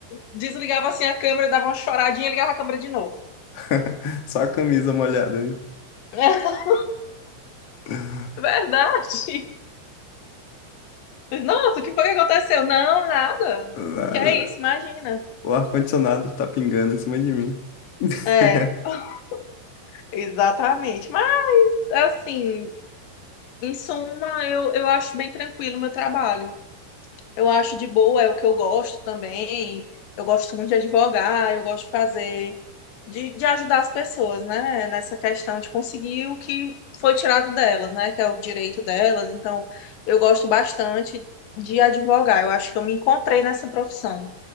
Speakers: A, on the left; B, on the left.
A: desligava assim a câmera, dava uma choradinha e ligava a câmera de novo.
B: <laughs> Só a camisa molhada aí.
A: <laughs>
B: <laughs>
A: Verdade. Nossa, o que foi que aconteceu? Não, nada.
B: Nada.
A: Que é isso, imagina.
B: O ar-condicionado tá pingando em cima de mim. <laughs>
A: É, <laughs> exatamente. Mas, assim, em suma, eu, eu acho bem tranquilo o meu trabalho. eu acho de boa, é o que eu gosto também. Eu gosto muito de advogar, eu gosto de fazer, de, de ajudar as pessoas, né? Nessa questão de conseguir o que foi tirado delas, né? Que é o direito delas. Então, eu gosto bastante de advogar. Eu acho que eu me encontrei nessa profissão.